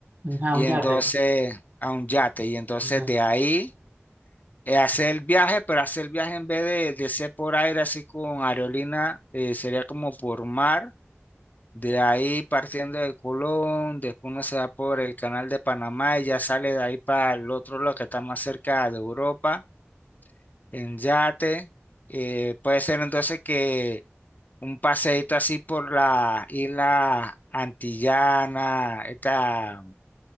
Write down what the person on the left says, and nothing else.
y
entonces
a un yate, y entonces
de ahí eh, hacer el viaje, pero hacer el viaje en vez de, de ser por aire, así con aerolínea, eh, sería como por mar De ahí partiendo de Colón, después uno se va por el canal de Panamá y ya sale de ahí para el otro lado que está más cerca de Europa, en yate. Eh, puede ser entonces que un paseíto así por la isla Antillana, esta,